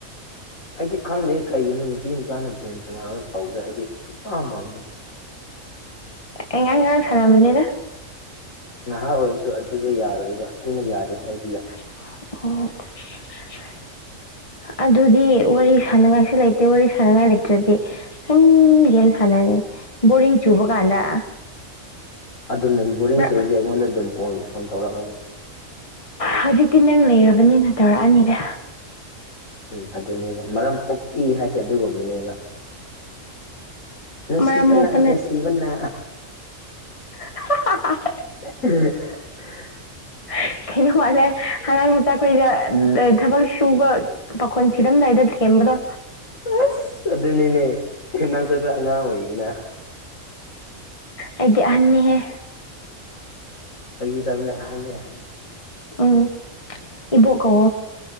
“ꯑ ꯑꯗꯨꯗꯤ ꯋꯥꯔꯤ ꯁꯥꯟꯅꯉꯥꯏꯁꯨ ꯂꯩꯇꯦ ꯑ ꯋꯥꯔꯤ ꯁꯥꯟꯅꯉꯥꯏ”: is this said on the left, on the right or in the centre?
Left